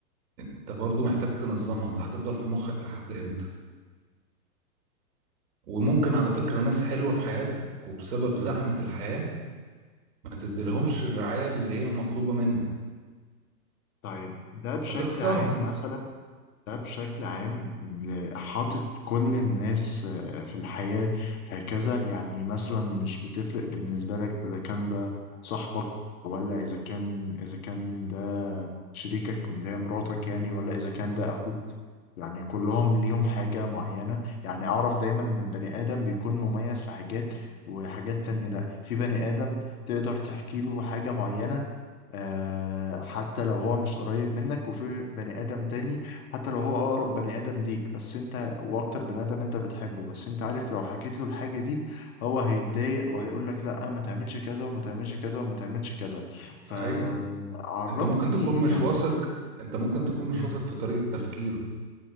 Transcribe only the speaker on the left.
طيب ده بشكل
عام مثلا ده بشكل عام ل- حاطط كل الناس آه، في الحياة هكذا يعني مثلا مش بتفرق بالنسبة لك إذا كان ده صاحبك ولا إذا كان إذا كان ده شريكك اللي هي مراتك يعني ولا إذا كان ده أخوك يعني كلهم ليهم حاجة معينة يعني أعرف دايما إن البني آدم بيكون مميز في حاجات وحاجات تانية لأ في بني آدم تقدر تحكي له حاجة معينة آه، حتى لو هو مش قريب منك وفي بني آدم تاني حتى لو هو أقرب بني آدم ليك بس أنت وأكتر بني آدم أنت بتحبه بس أنت عارف لو حكيت له الحاجة دي هو هيتضايق وهيقول لك لأ ما تعملش كذا وما تعملش كذا وما تعملش كذا فعرفني
يعني
مم،